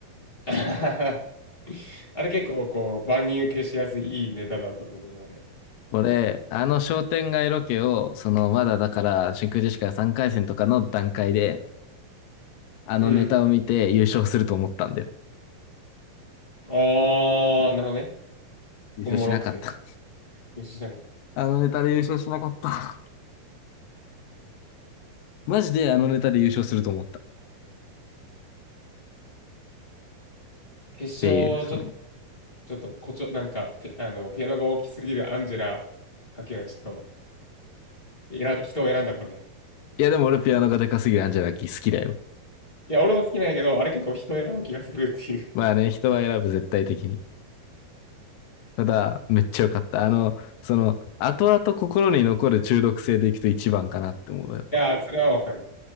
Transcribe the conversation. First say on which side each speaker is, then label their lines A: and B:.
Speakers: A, on the left; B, on the left.
A: <laughs> あれ結構こう、万人受けしやすいいいネタだったと思う、あれ。
B: これ、あの商店街ロケを、その、まだだから、真空ジェシカが3回戦とかの段階で、あのネタを見て優勝すると思ったんだよ。
A: うん。ああ、なるほどね。
B: 優勝しなかった。
A: おもろくて。よし、なんか、
B: あのネタで優勝しなかった。<laughs> マジであのネタで優勝すると思った。っ
A: 決勝、
B: ていう、その。
A: ちょ、ちょっと、こちょ、なんか、てあの、ピアノが大きすぎるアンジェラ・ハケはちょっと、選ん、人を選んだかね。
B: いやでも俺ピアノがでかすぎるアンジェラキー好きだよ。
A: いや、俺も好きなんやけど、あれ結構人を選ぶ気がするっていう。い
B: まあね、人は選ぶ絶対的に。ただ、めっちゃ良かった。あの、その、後々心に残る中毒性でいくと一番かなって思う、やっぱ。
A: やー、それはわかる。